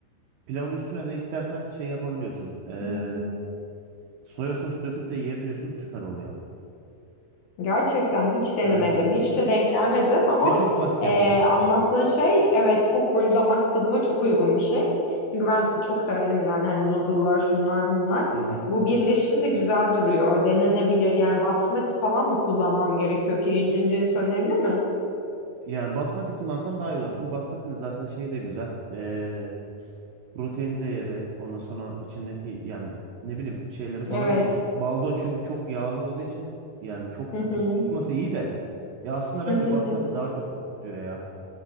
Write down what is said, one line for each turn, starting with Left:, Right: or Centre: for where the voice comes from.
Right: Pilavın üstüne de istersen şey yapabiliyorsun. Ee,
Left: Hmm,
Right: soya sos döküp de yiyebiliyorsun süper oluyor ama.
Left: Gerçekten hiç denemedim.
Right: Evet
Left: Hiç de denk gelmedim ama
Right: ve çok basit
Left: eee
Right: yapımı.
Left: anlattığın şey evet çok böyle damak tadıma çok uygun bir şey. Çünkü ben çok severim yani hani noodle'lar şunlar bunlar.
Right: Hı hı.
Left: Bu birleşim de güzel duruyor. Denenebilir yani basmati falan mı kullanmam gerekiyor? Pirincin cinsi önemli mi?
Right: Yani basmati kullansan daha iyi olur. Çünkü basmatinin zaten şeyi de güzel. Ee, Protein değeri ondan sonra içindeki yani ne bileyim şeyleri falan
Left: Evet.
Right: iyi. Baldo çünkü çok yağlı olduğu için yani çok
Left: Hı hı.
Right: tok tutması iyi de. Ya aslında
Left: <laughs>
Right: bence basmati daha çok tok tutuyor ya.